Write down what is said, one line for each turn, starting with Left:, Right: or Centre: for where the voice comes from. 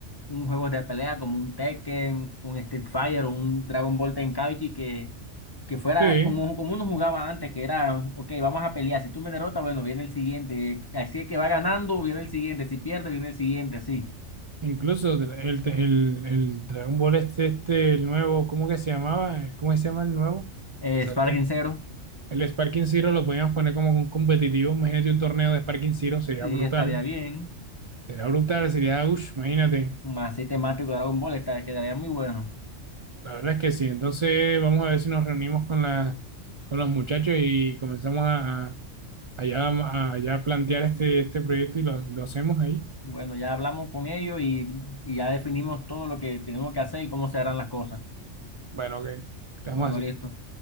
Left: un juego de pelea como un Tekken, un Street Fighter o un Dragon Ball Tenkaichi que, que fuera
Right: Sí,
Left: como, como uno jugaba antes, que era, ok, vamos a pelear, si tú me derrotas, bueno, viene el siguiente, así es que va ganando, viene el siguiente, si pierde, viene el siguiente, así.
Right: incluso de- el, el, el Dragon Ball este, este, el nuevo, ¿cómo que se llamaba? ¿Cómo que se llama el nuevo
Left: Eh,
Right: que salió?
Left: Sparring Zero,
Right: El Sparking Zero lo podíamos poner como un competitivo. Imagínate un torneo de Sparking Zero, sería
Left: sí,
Right: brutal.
Left: estaría bien,
Right: Sería brutal, sería, uff, imagínate.
Left: más así temático de Dragon Ball, estaría, quedaría muy bueno.
Right: La verdad es que sí. Entonces, vamos a ver si nos reunimos con, la, con los muchachos y comenzamos a, a, ya, a ya plantear este, este proyecto y lo, lo hacemos ahí.
Left: Bueno, ya hablamos con ellos y, y ya definimos todo lo que tenemos que hacer y cómo se harán las cosas.
Right: Bueno, ok, quedamos
Left: Bueno,
Right: así.
Left: listo.